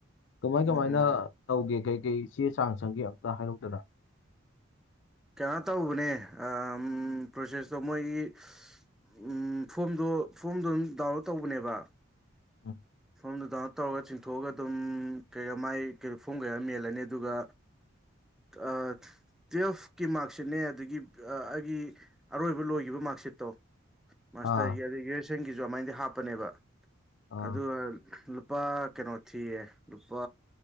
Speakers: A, on the left (about 60°); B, in the centre.
A: ꯀꯃꯥꯏ
B: ꯎꯝ
A: ꯀꯃꯥꯏꯅ ꯇꯧꯒꯦ ꯀꯩ ꯀꯩ ꯆꯦ ꯆꯥꯡ ꯆꯪꯒꯦ ꯑꯝꯇ ꯍꯥꯏꯔꯛꯎꯗꯅ
B: ꯀꯩꯅꯣ ꯇꯧꯕꯅꯦ ꯑꯝ ꯄ꯭ꯔꯣꯁꯦꯁꯇꯣ ꯃꯣꯏꯒꯤ ꯎꯝ ꯐꯣꯝꯗꯣ ꯐꯣꯝꯗꯣ ꯑꯗꯨꯝ ꯗꯥꯎꯟꯂꯣꯗ ꯇꯧꯕꯅꯦꯕ
A: ꯎꯝ
B: ꯐꯣꯝꯗꯨ ꯗꯥꯎꯟꯂꯣꯗ ꯇꯧꯔꯒ ꯆꯤꯡꯊꯣꯛꯑꯒ ꯑꯗꯨꯝ ꯀꯩ ꯃꯥꯏ ꯐꯣꯝ ꯀꯩꯀꯥꯗꯣ ꯃꯦꯜꯂꯅꯤ ꯑꯗꯨꯒ ꯑꯥ ꯇꯨꯌꯦꯜꯐꯀꯤ ꯃꯥꯔꯛꯁꯤꯠꯅꯦ ꯑꯗꯒꯤ ꯑꯩꯒꯤ ꯑꯔꯣꯏꯕ ꯂꯣꯏꯒꯤꯕ ꯃꯥꯔꯛꯁꯤꯠꯇꯣ ꯃꯥꯁꯇꯔꯒꯤ
A: ꯑꯥ
B: ꯑꯗꯩ ꯒ꯭ꯔꯦꯖꯨꯋꯦꯁꯟꯒꯤꯖꯨ ꯑꯗꯨꯃꯥꯏꯗꯤ ꯍꯥꯞꯄꯅꯦꯕ
A: ꯑꯥ
B: ꯑꯗꯨꯒ ꯂꯨꯄꯥ ꯀꯩꯅꯣ ꯊꯤꯌꯦ ꯂꯨꯄꯥ